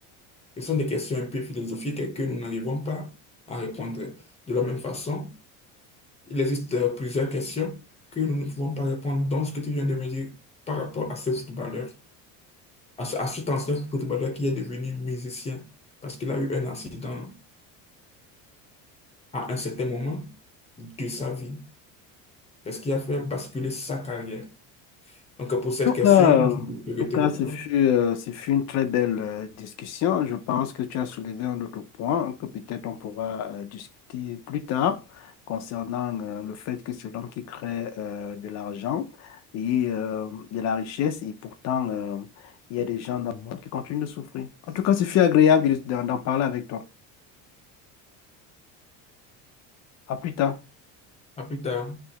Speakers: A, on the left (about 15°); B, on the left (about 45°).
A: Ce sont des questions un peu philosophiques et que nous n'arrivons pas à répondre. De la même façon, il existe euh, plusieurs questions que nous ne pouvons pas répondre dans ce que tu viens de me dire par rapport à ce footballeur. à, ce- à cet ancien footballeur qui est devenu musicien parce qu'il a eu un accident à un certain moment de sa vie. C'est ce qui a fait basculer sa carrière. Donc, pour cette
B: tout
A: question,
B: cas, en
A: je vais
B: tout cas,
A: te répondre.
B: ce fut, euh, ce fut une très belle euh, discussion. Je pense que tu as soulevé un autre point que peut-être on pourra euh, discuter plus tard concernant euh, le fait que c'est l'homme qui crée euh, de l'argent et euh, de la richesse et pourtant euh, il y a des gens dans le monde qui continuent de souffrir. En tout cas, ce fut agréable de- d'en d'en parler avec toi. À plus tard.
A: À plus tard.